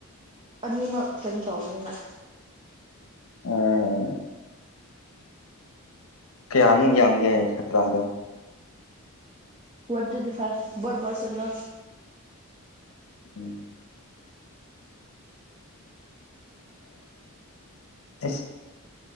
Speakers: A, on the right; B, on the left.
A: ꯑꯅꯤꯃꯛ ꯀꯩꯅꯣ ꯇꯧꯕꯅꯤꯅ
B: ꯑꯣꯝ ꯀꯌꯥꯃꯨꯛ ꯌꯥꯝꯒꯦ ꯁꯇ꯭ꯔꯥꯗ
A: ꯋꯥꯟ ꯇ꯭ꯋꯦꯟꯇꯤ ꯐꯥꯏꯚ ꯠ ꯔ ꯁꯒ
B: ꯎꯝ ꯑ